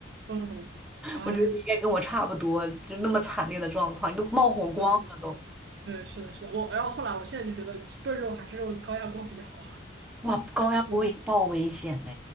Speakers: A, on the right (about 60°); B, in the centre.
A: 嗯，啊，
B: 我觉得你应该跟我差不多，就那么惨烈的状况，你都冒火光了都。
A: 真的是，对，是的，是的，我，然后后来，我现在就觉得炖肉还是用高压锅比较好，
B: 哇，高压锅也爆危险呢。
A: 就是我